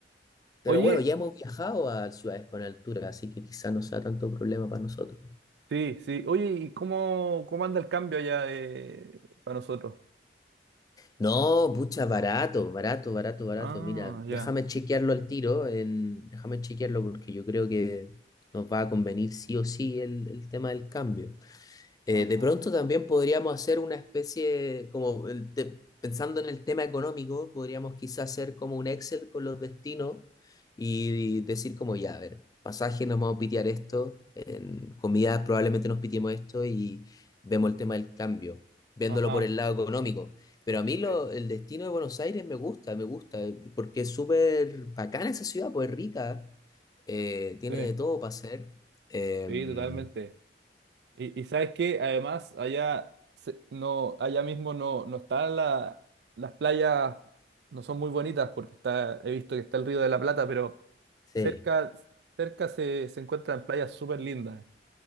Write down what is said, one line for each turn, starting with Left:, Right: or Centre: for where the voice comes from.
Left: pero
Right: Oye.
Left: bueno, ya hemos viajado a ciudades con altura, así que quizás no sea tanto problema para nosotros.
Right: Sí, sí. Oye, ¿y cómo, cómo anda el cambio allá eh, para nosotros?
Left: No, pucha, barato, barato, barato, barato.
Right: Ah,
Left: Mira, déjame
Right: ya.
Left: chequearlo al tiro, en, déjame chequearlo porque yo creo que nos va a convenir sí o sí el, el tema del cambio. Eh,
Right: Ah,
Left: de pronto también podríamos hacer una especie, como el te- pensando en el tema económico, podríamos quizás hacer como un Excel con los destinos y, y decir como, ya, a ver, pasaje nos vamos a pitear esto, en comida probablemente nos pitiemos esto y vemos el tema del cambio, viéndolo
Right: ajá.
Left: por el lado económico. Pero a mí lo,
Right: Sí,
Left: el destino de Buenos Aires me gusta, me gusta, eh, porque es súper bacana esa ciudad, pues es rica, eh, tiene
Right: sí,
Left: de todo para hacer. Em,
Right: sí, totalmente. Y, y sabes qué, además, allá se- no, allá mismo no, no están la- las playas, no son muy bonitas porque está, he visto que está el Río de la Plata, pero
Left: sí.
Right: cerca, cerca se, se encuentran playas súper lindas.